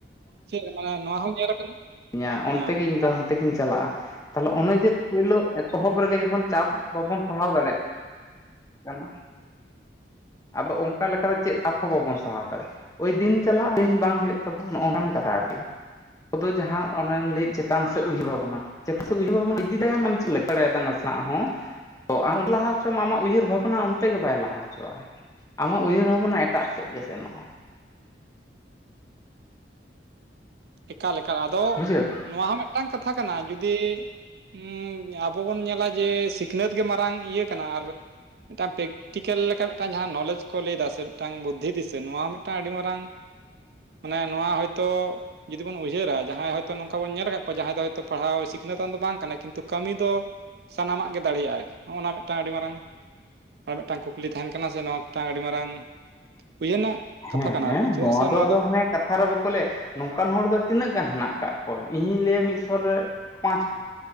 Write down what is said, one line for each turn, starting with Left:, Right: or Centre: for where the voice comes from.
Right: ᱪᱮᱫ ᱢᱟᱱᱮ ᱱᱚᱶᱟ ᱦᱚᱸ ᱧᱮᱞ ᱟᱠᱟᱱᱟ
Left: ᱧᱟᱸ ᱚᱱᱛᱮ
Right: ᱦᱮᱸ
Left: ᱜᱮ ᱤᱧ ᱫᱚ ᱦᱟᱱᱛᱮ ᱜᱤᱧ ᱪᱟᱞᱟᱜᱼᱟ ᱛᱟᱦᱚᱞᱮ ᱚᱱᱮ ᱡᱮ ᱯᱩᱭᱞᱩ ᱮᱛᱚᱦᱚᱵ ᱨᱮᱜᱮ ᱡᱚᱠᱷᱚᱱ ᱪᱟᱯ ᱵᱟᱵᱚᱱ ᱯᱟᱲᱦᱟᱣ ᱫᱟᱲᱮᱜᱼᱼ ᱠᱟᱱᱟ ᱟᱫᱚ ᱚᱝᱠᱟ ᱞᱮᱠᱟᱨᱮ ᱪᱮᱫ ᱥᱟᱯ ᱦᱚᱸ ᱵᱟᱵᱚᱱ ᱥᱟᱦᱟᱣ ᱫᱟᱲᱮᱜᱼᱟ᱾ ᱳᱭ ᱫᱤᱱ ᱪᱟᱞᱟᱜᱼᱟ ᱫᱤᱱ ᱵᱟᱝ ᱦᱩᱭᱩᱜ ᱛᱟᱵᱚᱱᱟ ᱱᱚᱝᱠᱟᱱ ᱟᱨᱠᱤ᱾ ᱠᱚᱫᱚ ᱡᱟᱦᱟᱸ ᱚᱱᱮᱢ ᱞᱟᱹᱭᱮᱜ ᱪᱮᱛᱟᱱ ᱥᱮᱫ ᱩᱭᱦᱟᱹᱨ ᱵᱟᱵᱚᱱᱟ᱾ ᱪᱮᱛᱟᱱ ᱥᱮᱫ ᱩᱭᱦᱟᱹᱨ ᱵᱟᱵᱚᱱ ᱤᱫᱤ ᱫᱟᱭᱮᱜ ᱢᱟᱱᱮ ᱪᱮᱫ ᱞᱮᱠᱟ, ᱵᱟᱹᱧ ᱵᱩᱡ ᱫᱟᱲᱮᱭᱟ ᱱᱟᱥᱮᱱᱟᱜ ᱦᱚᱸ᱾ ᱟᱢ ᱞᱟᱦᱟ ᱦᱚᱪᱚᱢ ᱟᱢᱟᱜ ᱩᱭᱦᱟᱹᱨ ᱵᱷᱟᱵᱽᱱᱟ, ᱚᱱᱛᱮ ᱜᱮ ᱵᱟᱭ ᱞᱟᱦᱟ ᱦᱚᱪᱚᱣᱟᱜᱼᱟᱭ᱾ ᱟᱢᱟᱜ ᱩᱭᱦᱟᱹᱨ ᱵᱷᱟᱵᱚᱱᱟ ᱮᱴᱟᱜ ᱥᱮᱫ ᱜᱮ ᱥᱮᱱᱚᱜᱼᱟ᱾
Right: ᱮᱠᱟᱞ-ᱮᱠᱟᱞ ᱟᱫᱚ
Left: ᱵᱩᱡᱷᱟᱹᱣ
Right: ᱱᱚᱶᱟ ᱦᱚᱸ ᱢᱤᱫᱴᱟᱝ ᱠᱟᱛᱷᱟ ᱠᱟᱱᱟ, ᱡᱩᱫᱤ ᱩᱸ ᱟᱵᱚ ᱵᱚᱱ ᱧᱮᱞᱟ ᱡᱮ, ᱥᱤᱠᱱᱟᱹᱛ ᱜᱮ ᱢᱟᱨᱟᱝ ᱤᱭᱟᱹ ᱠᱟᱱᱟ ᱟᱨ ᱢᱤᱫᱴᱟᱝ ᱯᱮᱠ ᱴᱤᱠᱟᱞ ᱞᱮᱠᱟ ᱢᱤᱫᱴᱟᱝ ᱡᱟᱦᱟᱸ ᱱᱳᱞᱮᱡᱽ ᱠᱚ ᱞᱟᱹᱭᱫᱟ, ᱥᱮ ᱢᱤᱫᱴᱟᱝ ᱵᱩᱫᱽᱫᱷᱤ ᱫᱤᱥᱟᱹ ᱱᱚᱶᱟ ᱦᱚᱸ ᱢᱤᱫᱴᱟᱝ ᱟᱹᱰᱤ ᱢᱟᱨᱟᱝ ᱢᱟᱱᱮ ᱱᱚᱶᱟ ᱦᱳᱭ ᱛᱚ ᱡᱩᱫᱤ ᱵᱚᱱ ᱩᱭᱦᱟᱹᱨᱟ ᱡᱟᱦᱟᱸᱭ ᱦᱳᱭ ᱛᱚ, ᱱᱚᱝᱠᱟ ᱵᱚᱱ ᱧᱮᱞ ᱟᱠᱟᱫ ᱠᱚᱣᱟ ᱡᱟᱦᱟᱸᱭ ᱫᱚ ᱦᱳᱭ ᱛᱚ ᱯᱟᱲᱦᱟᱣ ᱥᱤᱠᱷᱱᱟᱹᱛᱟᱱ ᱫᱚ ᱵᱟᱝ ᱠᱟᱱᱟᱭ, ᱠᱤᱱᱛᱩ ᱠᱟᱹᱢᱤ ᱫᱚ ᱥᱟᱱᱟᱢᱟᱜ ᱜᱮ ᱫᱟᱲᱮᱭᱟᱜᱼᱟᱭ, ᱱᱚᱜᱼᱚᱸᱭ ᱱᱚᱶᱟ ᱢᱤᱫᱴᱟᱱ ᱟᱹᱰᱤ ᱢᱟᱨᱟᱝ, ᱢᱤᱫᱴᱟᱝ ᱠᱩᱠ ᱠᱩᱠᱞᱤ ᱛᱟᱦᱮᱱ ᱠᱟᱱᱟ, ᱥᱮ ᱱᱚᱣᱟ ᱢᱤᱫᱴᱟᱝ ᱟᱹᱰᱤ ᱢᱟᱨᱟᱝ ᱩᱭᱦᱟᱹᱨᱱᱟᱜ ᱠᱟᱛᱷᱟ
Left: ᱦᱮᱸ
Right: ᱠᱟᱱᱟ, ᱟᱨᱠᱤ ᱪᱮᱫᱟᱜ
Left: ᱱᱚᱣᱟ
Right: ᱥᱮ ᱱᱚᱶᱟ
Left: ᱟᱫᱚ
Right: ᱫᱚ
Left: ᱦᱟᱱᱮ ᱠᱟᱛᱷᱟ ᱨᱮ ᱵᱟᱠᱚ ᱞᱟᱹᱭᱟ, ᱱᱚᱝᱠᱟᱱ ᱦᱚᱲ ᱫᱚ ᱛᱤᱱᱟᱹᱜ ᱜᱟᱱ ᱦᱮᱱᱟᱜ ᱟᱠᱟᱫ ᱠᱚᱣᱟ, ᱤᱧᱤᱧ ᱞᱟᱹᱭᱟ ᱢᱤᱫ ᱥᱚᱨ ᱨᱮ ᱯᱟᱸᱪ